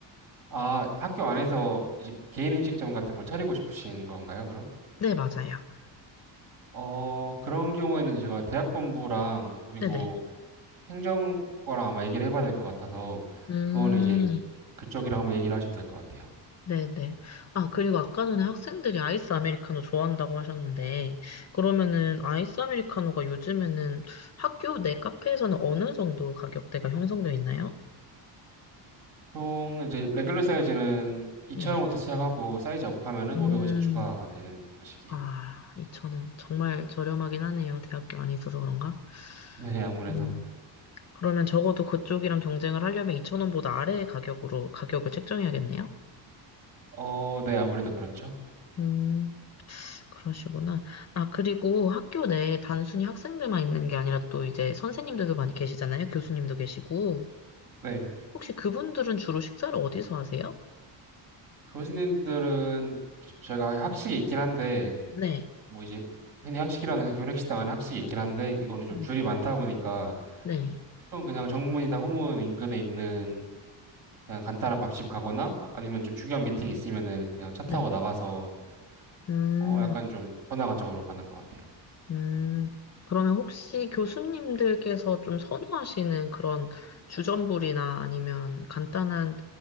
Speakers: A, on the right; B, on the left.
A: 아, 학교 안에서 이제 개인 음식점 같은 걸 차리고 싶으신 건가요, 그럼?
B: 네, 맞아요.
A: 어, 그런 경우에는 제가 대학본부랑 그리고
B: 네네.
A: 행정과랑 아마 얘기를 해봐야 될 것 같아서
B: 음.
A: 그거는 이제 그쪽이랑 한번 얘기를 하시면 될 것 같아요.
B: 네네. 아, 그리고 아까 전에 학생들이 아이스 아메리카노 좋아한다고 하셨는데, 그러면은 아이스 아메리카노가 요즘에는 학교 내 카페에서는 어느 정도 가격대가 형성되어 있나요?
A: 보통 이제 레귤러 사이즈는 2,000원부터
B: 네.
A: 시작하고 사이즈 업하면은
B: 음,
A: 500원씩 추가가 되는 것이에요.
B: 아, 2,000원. 정말 저렴하긴 하네요. 대학교 안에 있어서 그런가?
A: <laughs> 네, 아무래도.
B: 음, 그러면 적어도 그쪽이랑 경쟁을 하려면 2,000원보다 아래의 가격으로 가격을 책정해야겠네요?
A: 어, 네, 아무래도 그렇죠.
B: 음. 그러시구나. 아, 그리고 학교 내에 단순히 학생들만 있는 게 아니라 또 이제 선생님들도 많이 계시잖아요. 교수님도 계시고.
A: 네.
B: 혹시 그분들은 주로 식사를 어디서 하세요?
A: 교수님들은 저- 저희가 학식이 있긴 한데
B: 네.
A: 뭐 이제 흔히 학식이라는 교내식당 안에 학식이 있긴 한데 이거는 좀
B: 음,
A: 줄이 많다 보니까
B: 네.
A: 보통 그냥 정문이나 후문 인근에 있는 그냥 간단한 밥집 가거나 아니면 좀 중요한 미팅 있으면은 그냥 차 타고
B: 네.
A: 나가서
B: 음,
A: 어 약간 좀 번화가 쪽으로 가는 것 같아요.
B: 음. 그러면 혹시 교수님들께서 좀 선호하시는 그런 주전부리나 아니면 간단한